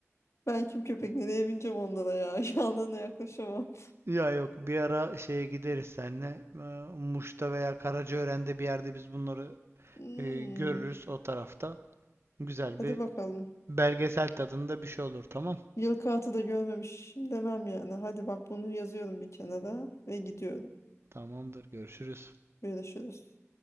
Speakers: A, on the left; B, on the right.
A: Ben kim köpek nereye bineceğim onlara ya. <laughs> Yanlarına yaklaşamam.
B: Ya yok bir ara şeye gideriz seninle. E, Muş'ta veya Karacaören'de bir yerde biz bunları
A: Hmm.
B: e, görürüz o tarafta. Güzel
A: Hadi
B: bir
A: bakalım.
B: belgesel tadında bir şey olur tamam.
A: Yılkı atı da görmemişim demem yani. Hadi bak bunu yazıyorum bir kenara ve gidiyorum.
B: Tamamdır görüşürüz.
A: Görüşürüz.